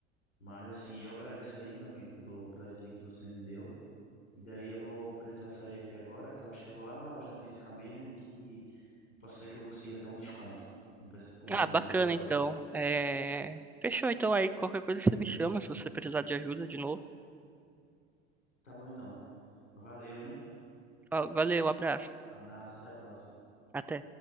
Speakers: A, on the left; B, in the centre.
A: Mas, assim, eu agradeço aí, meu amigo, pelo, pelas dicas que você me deu. E daí eu vou precisar sair aqui agora, que eu acho que eu vou lá na loja física mesmo, que pode ser que eu consiga até um desconto com o pesso- com
B: Ah,
A: o vendedor
B: bacana
A: lá da
B: então.
A: loja.
B: É... Fechou então aí, qualquer coisa você me chama se você precisar de ajuda de novo.
A: Tá bom, então. Valeu, hein?
B: Va- Valeu, abraço.
A: Abraço, até a próxima.
B: Até.